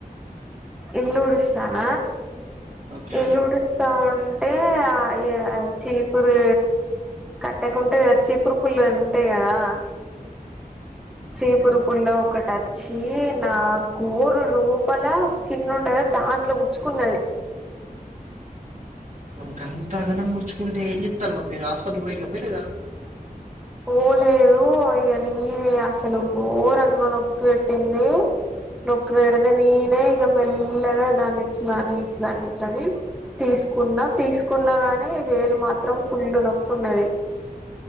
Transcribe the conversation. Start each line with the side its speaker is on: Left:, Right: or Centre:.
Centre: ఇల్లు ఉడుస్తాన
Right: ఓకే
Centre: ఇల్లు ఉడుస్తా ఉం అంటే ఆ చీపురు కట్టకుంటె చీపురు పుల్లు ఉంటాయి కదా చీపురు పుల్లో ఒకటోచ్చి నా గోరు లోపల స్కిన్ ఉంటంది దాంట్లో ఉచ్చుకున్నది
Right: గంత గనం గుుచ్చుకుంటే ఏం చెత్తార్ మరి మీరు హాస్పిటల్ పోయిండ పోలేదా
Centre: పోలేదు ఇక నీనే అసలు ఘోరంగ నొప్పి పెట్టింది నొప్పి పెడితే నేనే ఇక మెల్లగా దాన్ని ఇట్లని ఇట్లని ఇట్లని తీసుకున్నా తీసుకున్నాగానే వేలు మాత్రం ఫుల్లు నొప్పి ఉన్నది